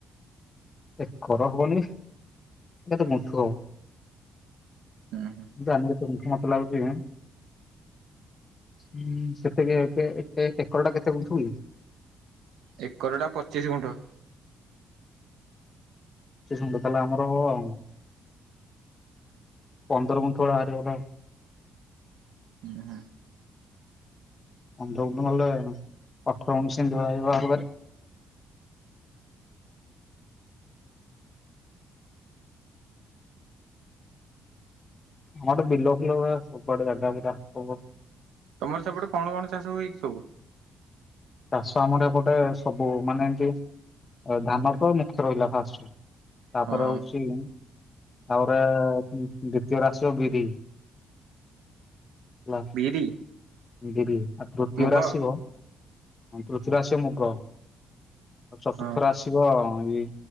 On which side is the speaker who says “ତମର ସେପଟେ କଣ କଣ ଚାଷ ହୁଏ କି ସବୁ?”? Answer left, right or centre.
Right